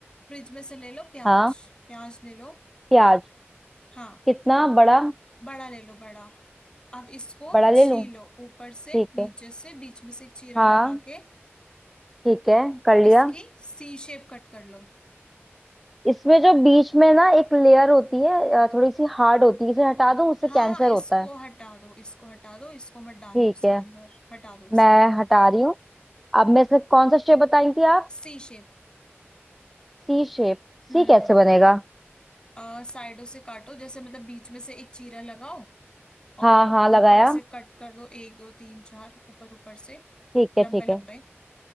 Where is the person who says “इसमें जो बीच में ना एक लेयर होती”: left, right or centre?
Centre